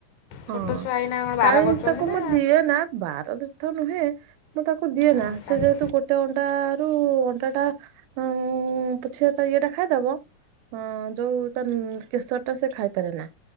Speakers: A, on the left; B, on the right.
A: ଛୋଟ
B: ହଁ
A: ଛୁଆ ଏଇନା କ'ଣ ବାର
B: କାହିଁ
A: କରୁଛନ୍ତି
B: ତାକୁ
A: ନା
B: ମୁଁ ଦିଏ ନା ବାର ତୀର୍ଥ ନୁହେଁ ମୁଁ ତାକୁ ଦିଏ
A: ଆଉ
B: ନା
A: ତାଙ୍କ
B: ସେ ଯେହେତୁ ଗୋଟେ ଅଣ୍ଡା ରୁ ଅଣ୍ଡା ଟା। ଉଁ ପୁଛିିବା ତ ଇଏଟା ଖାଇଦବ ଯୋଉ ତ କେଶର ଟା ସେ ଖାଇପାରେ ନା।